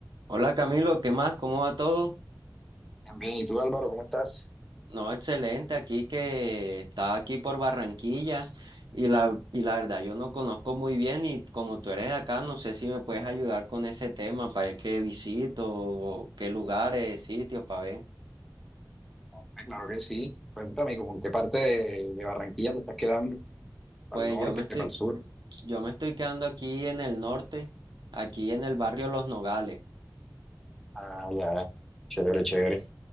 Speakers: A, on the right (about 70°); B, in the centre.
A: Hola Camilo, ¿qué más? ¿Cómo va todo?
B: Bien, bien. ¿y tú, Álvaro, cómo estás?
A: No, excelente, aquí que está aquí por Barranquilla y la, y la verdad yo no conozco muy bien y como tú eres de acá, no sé si me puedes ayudar con ese tema, para ver qué visito, o qué lugares, sitios, para ver.
B: Ah, claro que sí. Cuéntame, ¿con qué parte de, de Barranquilla te estás quedando? ¿Para
A: Pues
B: el norte,
A: yo me estoy,
B: para el sur?
A: yo me estoy quedando aquí en el norte, aquí en el barrio Los Nogales.
B: Ah, ya, ya. chévere, chévere.